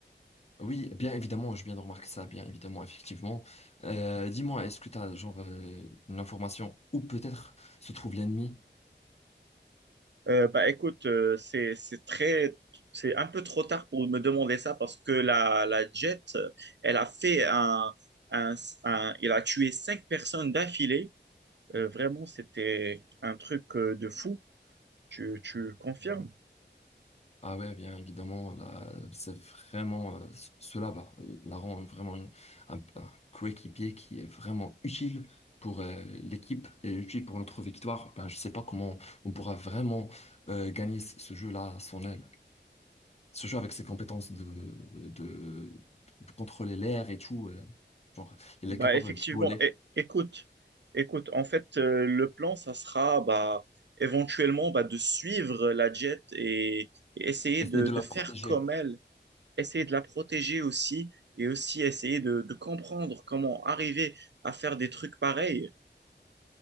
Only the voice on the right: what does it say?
Euh, bah écoute, euh, c'est c'est très c'est un peu trop tard pour me demander ça parce que la la Jet, euh, elle a fait un un, un- il a tué cinq personnes d'affilée. Euh, vraiment, c'était un truc euh, de fou. Tu tu confirmes?
Bah
effectivement.
é- écoute, écoute. En fait, euh, le plan, ça sera bah éventuellement bah, de suivre la Jet et, et essayer
de
de
faire
comme elle. essayer de la protéger aussi et aussi essayer de, de comprendre comment arriver à faire des trucs pareils.